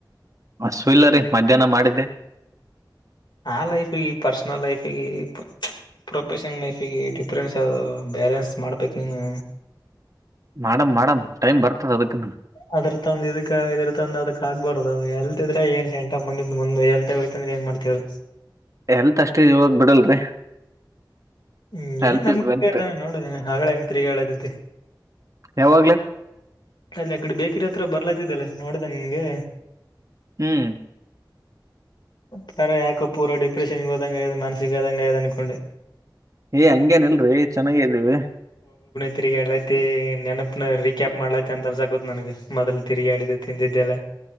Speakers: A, on the right; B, on the left.
A: ಹಸು ಇಲ್ಲ ರೀ ಮಧ್ಯಾಹ್ನ ಮಾಡಿದ್ದೆ
B: ಆ ಲೈಫಿಗೆ ಪರ್ಸನಲ್ ಲೈಫಿಗೆ. ಪ್ರೊಫೆಷನಲ್ ಲೈಫಿಗೆ ಡಿಫ್ರೆನ್ಸ್ ಅ ಬ್ಯಾಲೆನ್ಸ್ ಮಾಡ್ಬೇಕು ನೀನು.
A: ಮೇಡಮ್ ಮಾಡೇಡಮ್ ಟೈಮ್ ಬರ್ತದ ಅದಕ್ಕನು‌.
B: ಅದ್ರ ತಂದ ಇದಕ್ ಇದ್ರ ತಂದ ಅದಕ್ ಆಗ್ಬಾರ್ದ ಎಲ್ತಿದ್ರೆ ಏನ್ ಸಂಟ ಮುಂದಿಂದ ಮುಂದೆ ಎಲ್ತ ಹೋಯತ. ಏನ್ ಮಾಡ್ತವ
A: ಎಲ್ತ್ ಅಷ್ಟೇಾಗ ಬಿಡಲ್ರಿ
B: ಹ್ಮ್
A: ಹೆಲ್ತ್
B: ಏನ್ ನಮ್ಾನ
A: ಇಸ್ ವೆಲ್ತ್
B: ನೋಡದ ಹಾಗಳ ಹೆಂಗ ತಿರ್ಗಿ ಹೇಳತತಿ
A: ಯಾವಾಗ್ಲ
B: ಅದ ಅಕಡೆ ಬೇಕಿ್ರ ಹತ್ರ ಬರ್ಲಾತಿದಲ್ಲ ನೋಡಿದೆ ನಿಂಗೆ
A: ಹ್ಮ್
B: ಪಾರ ಯಾಕ ಪೂರ್ವ ಡಿಪ್ರೆಷನ್ ವಿಧಂಗಯದು ಮಾನಸಿಕ ವಿಧಂಗ ಯದನುಕೊಂಡೆ
A: ಏ ಹಂಗೇನ್ ಇಲ್ರಿ ಚೆನ್ನಾಗ್ದವಿ
B: ತಿರುಗಿ ಆಡ್ಲೈತಿ ನೆನಪನ ರೀಕ್ಯಾಪ್ ಮಾಡ್ಲೈತಿ ಅಂತ ಅನ್ಸಕತ್ ನನಗ ಮೊದ್ಲು ತಿರುಗ ಆಾಡಿದ್ದು ತಿಂದಿದ್ದೆಲ್ಲ